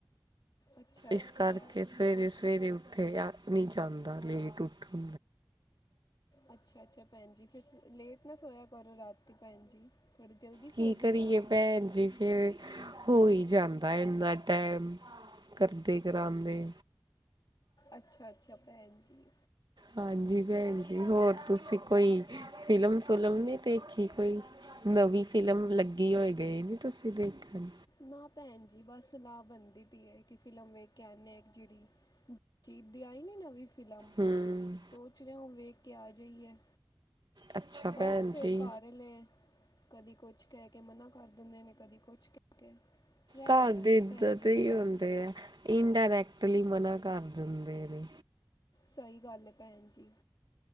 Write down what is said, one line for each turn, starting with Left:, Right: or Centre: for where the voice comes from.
Left: ਅੱਛਾ ਅੱਛਾ
Right: ਇਸ ਕਰਕੇ ਸਵੇਰੇ-ਸਵੇਰੇ ਉੱਠੇ ਆ, ਨੀ ਜੀ ਕਰਦਾ ਲੇਟ ਉੱਠਾ
Left: ਅੱਛਾ-ਅੱਛਾ, ਭੈਣ ਜੀ ਫਿਰ ਲੇਟ ਨਾ ਸੋਇਆ ਕਰੋ ਰਾਤ ਭੈਣ ਜੀ। ਥੋੜ੍ਹੀ ਜਲਦੀ ਸੋ
Right: ਕੀ ਕਰੀਏ
Left: ਜਿਆ ਕਰੋ
Right: ਭੈਣ ਜੀ ਫਿਰ, ਹੋ ਹੀ ਜਾਂਦਾ ਇਨਾ ਟੈਮ ਕਰਦੇ ਕਰਾਦੇ।
Left: ਅੱਛਾ, ਅੱਛਾ ਭੈਣ ਜੀ
Right: ਹਾਂਜੀ ਭੈਣ ਜੀ ਹੋਰ ਤੁਸੀਂ ਕੋਈ ਫਿਲਮ ਫੁਲਮ ਨੇ ਦੇਖੀ ਕੋਈ ਨਵੀਂ ਫਿਲਮ ਲੱਗੀ ਹੋਏ ਗਈ ਨੇ ਤੁਸੀਂ ਦੇਖਣ
Left: ਨਾ ਭੈਣ ਜੀ ਬਸ ਸਲਾਹ ਬਣਦੀ ਪਈ ਹੈ ਕਿ ਫਿਲਮ ਵੇਖ ਕੇ ਆਣੇ ਆ ਜਿਹੜੀ ਦਿਲਜੀਤ ਦੀ ਆਈ ਨੀ ਨਵੀਂ ਫਿਲਮ
Right: ਹਮ
Left: ਸੋਚ ਰਿਹੇ ਹੋ ਵੇਖ ਕੇ ਆ ਜਾਈਏ
Right: ਅੱਛਾ
Left: ਬਸ
Right: ਭੈਣ
Left: ਫੇਰ
Right: ਜੀ
Left: ਘਰ ਲਏ ਕਦੀ ਕੁਛ ਕਹਿ ਕੇ ਮਨਾ ਕਰ ਦਿੰਦੇ ਨੇ ਕਦੀ ਕੁਛ ਕੇ ਰਹਿ
Right: ਘਰ
Left: ਹੀ ਜਾਂਦੀ
Right: ਦੇ
Left: ਹੈ
Right: ਏਦਾਂ
Left: ਭੈਣ ਜੀ
Right: ਦੇ
Left: ਸਲਾਹ
Right: ਹੀ ਹੁੰਦੇ ਆ ਇੰਡਾਇਰੈਕਟ ਮਨਾ ਕਰ ਦਿੰਦੇ ਨੇ
Left: ਸਹੀ ਗੱਲ ਹੈ ਭੈਣ ਜੀ